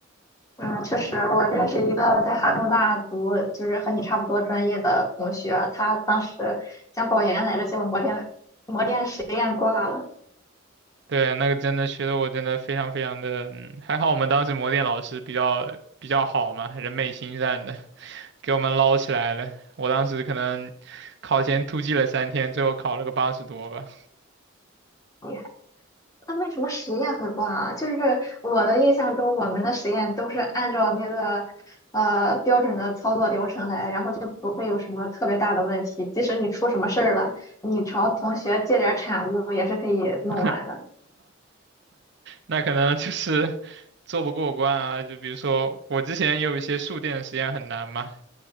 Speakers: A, on the left; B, on the right.
A: 嗯，确实，我认识一个在哈工大读，就是和你差不多专业的同学，他当时想保研来着，结果魔电魔电实验挂了，
B: 对，那个真的学的我真的非常非常的，嗯，还好我们当时模电老师比较比较好嘛，人美心善的，给我们捞起来了。我当时可能考前突击了三天，最后考了个八十多吧，
A: 厉害。那为什么实验会挂啊？就是我的印象中，我们的实验都是按照那个呃标准的操作流程来，然后就不会有什么特别大的问题。即使你出什么事儿了，你朝同学借点儿产物也是可以弄完的。
B: <laughs> 那可能就是做不过关啊。就比如说我之前也有一些数电的实验很难嘛，